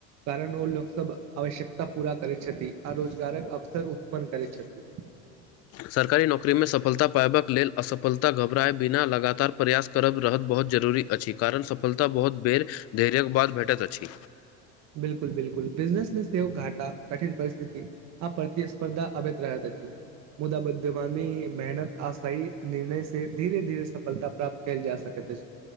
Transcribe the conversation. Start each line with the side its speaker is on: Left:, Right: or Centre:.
Right: कारण ओ लोक सब आवश्यकता पूरा करै छथि आ रोजगारक अवसर उत्पन्न करै छथि
Left: सरकारी नौकरी मे सफलता पायबाक लेल असफलता घबराए बिना लगातार प्रयास करब रहत बहुत जरूरी अछि कारण सफलता बहुत बेर धैर्य बाद भेटैत अछि
Right: बिलकुल बिलकुल बिजनेस मे सेहोव घाटा कठिन परिस्थिति आब प्रतिस्पर्धा अबैत रहत <inaudible> मुदा विद्यमानी मेहनत आशाी निर्णय से धीरे धीरे सफलता प्राप्त कयल जा सकै <unintelligible>